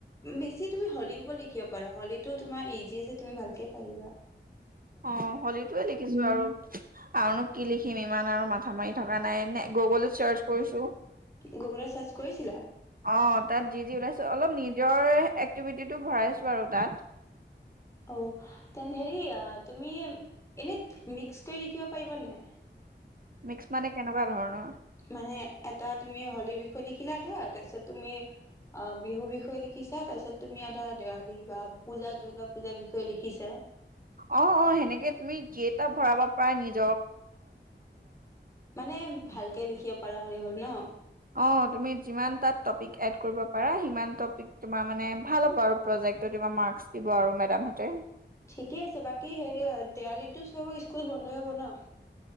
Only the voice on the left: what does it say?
বেছি তুমি হলি ওপৰত কিব পাৰ হলিটো তোমাৰ ইজি আছে তুমি ভালকে পাৰিবা
গুগুলত চাৰ্জ কৰিছিলা?
অ' তেনে হেৰি তুমি এনেই মিক্স কৰি লিখিব পাৰিবা নাই।
মানে এটা তুমি হলীৰ বিষয়ে লিখিলা আধা তাৰপিছত তুমি অ' বিহু বিষয়ে লিখিছা। তাৰপিছত তুমি আধা দেৱালী বা পুজা দুৰ্গা পুজাৰ বিষয়ে লিখিছা।
মানে ভালকে লিখিব পৰা হ'লে হ'ল ন।
ঠিকে আছে বাকী হেৰি হয় দেৱালীতো চব স্কুল বন্ধই হ'ব ন?